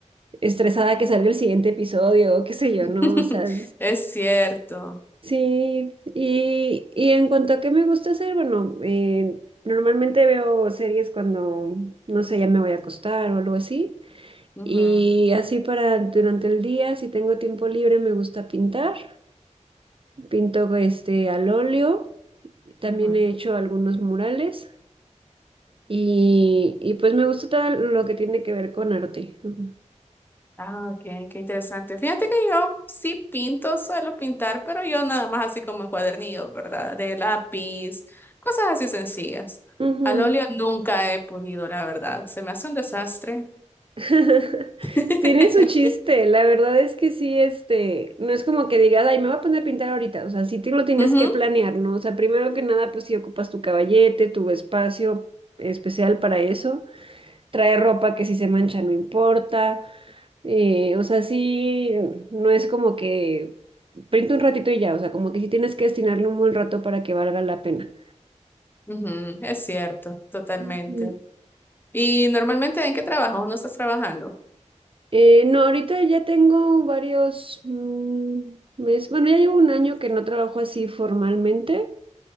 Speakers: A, on the right (about 45°); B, on the left (about 15°).
A: estresada que salga el siguiente episodio o qué sé yo,
B: <laughs>
A: ¿no? O sea,
B: Es cierto.
A: Sí, y, y en cuanto a qué me gusta hacer, bueno, eh, normalmente veo series cuando, no sé, ya me voy a acostar o algo así.
B: Ujú,
A: Y así para durante el día, si tengo tiempo libre, me gusta pintar. Pinto este al óleo, también
B: ujú.
A: he hecho algunos murales y, y pues me gusta todo lo que tiene que ver con arte. Ujú.
B: Ah, ok, qué interesante. Fíjate que yo sí pinto, suelo pintar, pero yo nada más así como en cuadernillos, ¿verdad? De lápiz, cosas así sencillas.
A: Ujú.
B: Al óleo nunca he podido, la verdad. Se me hace un desastre.
A: <laughs>
B: <laughs>
A: Tiene su chiste, la verdad es que sí, este, no es como que digas, ay, me voy a poner a pintar ahorita, o sea, sí te lo tienes
B: Ujú,
A: que planear, ¿no? O sea, primero que nada, pues si ocupas tu caballete, tu espacio especial para eso, trae ropa que si se mancha no importa, eh, o sea, sí, no es como que pinta un ratito y ya, o sea, como que sí tienes que destinarle un buen rato para que valga la pena.
B: ujú, Es cierto, totalmente.
A: Ujú.
B: Y normalmente, ¿en qué trabajas o no estás trabajando?
A: Eh, no, ahorita ya tengo varios mm, meses, bueno, ya llevo un año que no trabajo así formalmente.